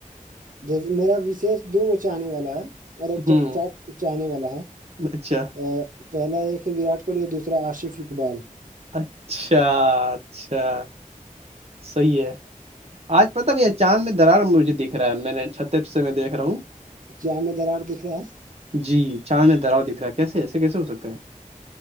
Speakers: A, on the right; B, on the right.
A: جیس میرا وشیش دو بچ آنے والا ہے مطب
B: ہوں
A: چٹ چاٹ اچ آنے والا ہے
B: اچھا
A: ا پہلا ایک ہے وراٹ کوہلی اور دوسرا عصف اقبال
B: اچھا اچھا صحیح ہے آج پت بھیا چاند میں درار مجے دکھ رہا ہے میں نے چھتر سے میں دیک رہا ہوں
A: کیا ہمیں درار دکھ رہا ہے
B: جی چاند میں دراؤ دکھ رہا ہے کیسے ایسے کیسے ہو سکتا ہے